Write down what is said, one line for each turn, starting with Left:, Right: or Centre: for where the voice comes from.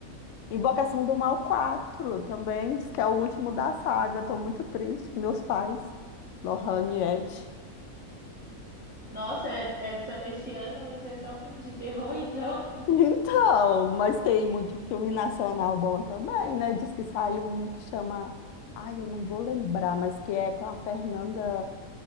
Left: Invocação do Mal quatro também, diz que é o último da saga. Tô muito triste, meus pais, Lohane e Ed.
Centre: Nossa, é- é só- esse ano vai ser só filme de terror, então.
Left: Então, mas tem muito filme nacional bom também, né? Diz que saiu um que chama. Ai, eu não vou lembrar, mas que é com a Fernanda,